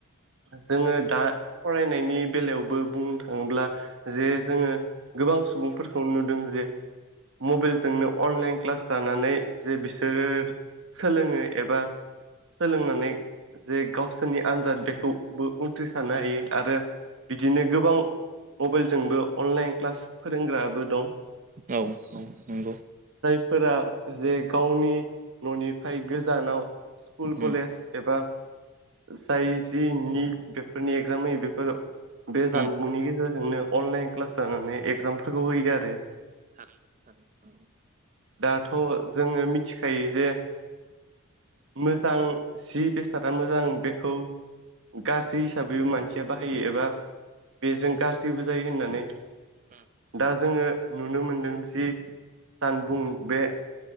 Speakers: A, on the right; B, on the right.
A: जोङो दा फरायनायनि बेलायावबो बुंनो थाङोब्ला जे जोङो गोबां सुबुंफोर खौ नुदों जे मबाइलजोंनो अनलाइन क्लास लानानै जे बिसोर सोलोङो एबा सोलोंनानै जे गावसोरनि आनजाद बेखौबो उथ्रिसारनो हायो आरो बिदिनो गोबां मबाइलजोंबो अनलाइन क्लास फोरोंग्राबो दं
B: औ औ नोंगौ।
A: फोरा जे गावनि न'निफाय गोजानाव स्कुल
B: उम
A: कलेज एबा जाय जि निट बेफोरनि एगजामै बेफोर बे जानबुंनि
B: उम
A: गेजेर जोंनो अनलाइन क्लास जानानै एगजामफोरखौ होयो आरो।
B: थारैनो थारैनो औ
A: दाथ' जोङो मिथिखायो जे मोजां जि बेसादा मोजां बेखौ गाज्रि हिसाबैबो मानसिया बाहायो एबा बेजों गाज्रिबो जायो होननानै
B: उम
A: दा जोङो नुनो मोनदों जि जानबुं बे